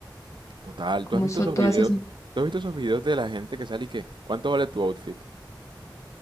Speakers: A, on the right; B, on the left.
A: total,
B: como
A: ¿tú has visto
B: son
A: esos
B: todas
A: videos?
B: esas.
A: ¿Tú has visto esos videos de la gente que sale y que, ¿cuánto vale tu outfit?